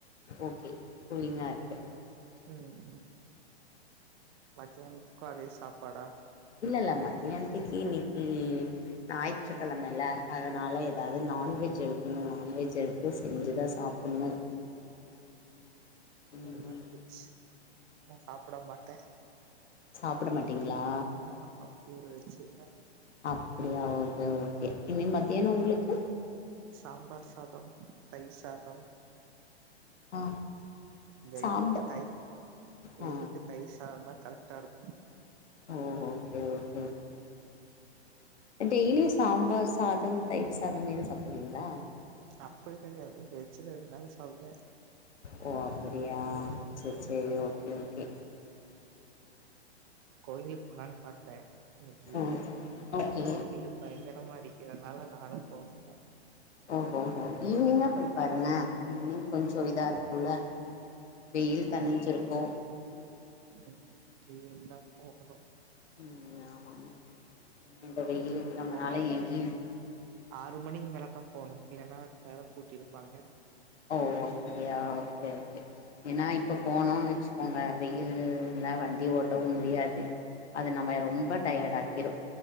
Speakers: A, on the left (about 85°); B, on the right (about 20°).
A: ஓகே கூலிங்கா இருக்கு
B: ம் ம் மத்தியனாதுக்கு அதே சாப்பாடா
A: இல்லல்ல மத்தியானத்திக்கு இன்னைக்கு ஞாயிற்றுக்கெழமல அதனால எதாவ்து நான்வெஜ் எடுக்கணு நான்வெஜ் எடுத் து செஞ்சு தா சாப்பிட்ணு ம்
B: நா நான்வெஜ் நா சாப்பிட மாட்டே
A: சாப்புட மாட்டீங்ளா
B: ஆமாப்பா வெறு வெஜ்ஜுதா
A: அப்டியா ஓகே ஓகே இன்னைக்கு மத்தியான உங்களுக்கு
B: சாம்பார் சாத தயிர் சாத
A: ஆ
B: வெயிலுக்கு
A: சாம்பார்
B: தயிர் வெயிலுக்கு
A: ஆ
B: தயிர் சாதந்தா கரெக்டா இருக்கு
A: ஓ ஓகே ஓகே ஓகே டெய்லியு சாம்பார் சாதம் தயிர் சாதம் இதா சாப்டுவீங்ளா
B: அப்டி கெடையாது வெஜ்ல எது இருந்தாலு சாப்டுவே
A: ஓ அப்புடியா சேரி
B: ம்
A: சேரி ஓகே ஓகே
B: கோயிலுக்கு போலான்னு பாத்தே இன்னைக்கி
A: ம் ஓகே
B: வெயிலு பயங்கரமா அடிக்கு அதுனால நாளைக்கு போகனுங்க
A: ஓஹோஹோ ஈவ்னிங்கா போய் பாருங்க ஈவினிங் கொஞ்ச இதா இருக்குல்ல
B: ம்
A: வெயில்
B: ஒரு
A: தனிஞ்சிருக்கு
B: ம் ஈவ்னிங்தா போகணு
A: ம் ஆமாங்க ஏனா இந்த வெயிலுக்கு
B: ஈவினிங்
A: நம்மனால
B: போனா
A: எங்கேயு
B: ஆறு மணிக்கு மேலதா போணு இல்லனா தெர பூட்டிருப்பாங்க
A: ஓ அப்புடியா ஓகே ஓகே ஏனா இப்ப போனோனு வச்சு கோங்க வெயில்லு இந்த மாரி வண்டி ஓட்டவு முடியாது அது நம்மள ரொம்ப டயர்ட் ஆக்கிரு